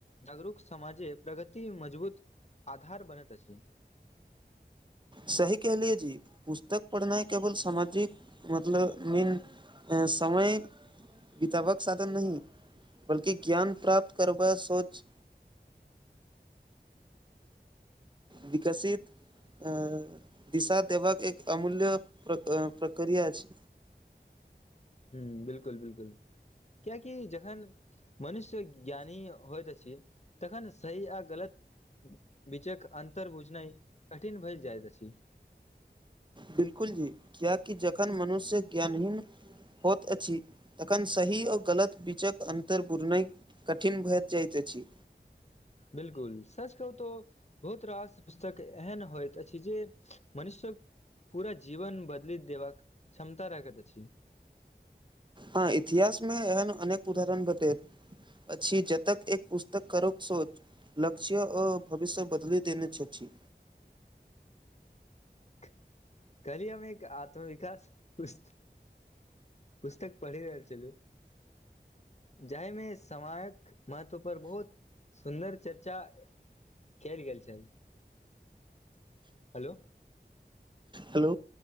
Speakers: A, on the left; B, on the right.
A: जागरूक समाजे प्रगति मजबूत आधार बनत अछि
B: सही कहलियए जी पुस्तक पढ़नाय केवल सामाजिक मतलब मेन ऐं समय वितबक साधन न बल्कि ज्ञान प्राप्त करब सोच
A: । <inaudible>
B: विकसित अ दिशा देबाकबाक एक अमूल्य प्र प्रक्रिया अछि
A: ह बिलकुल बिलकुल कियकि जखन मनुष्य ज्ञानी होइत अछि तखन सही अ गलत बीचक अन्तर बुझनाइ कठिन भए जाइत अछि। <inaudible>
B: बिलकुल जी कियाकि जखन मनुष्य ज्ञानहीन होइत अछि तखन सही आ गलत बीचक अन्तर बुरनाइ कठिन भऽ जाइत अछि
A: बिलकुल सच कहु तो बहुत रास पुस्तक एहन होइत अछि जे मनुष्य पूरा जीवन बदली देबाक क्षमता रखैत अछि
B: हँ इतिहास मे एहन अनेक उदाहरण भेटैत अछी जतक एक पुस्तक करो सोच लक्ष्य आ भविष्य बदली देने छथि छी
A: । <inaudible> कली हम एक आत्मविकास पुस्त पुस्तक पढ़ि रहल चलू जाहिमे समायक महत्व पर बहुत सुन्दर चर्चा केल गेले छल हेलो
B: हेलो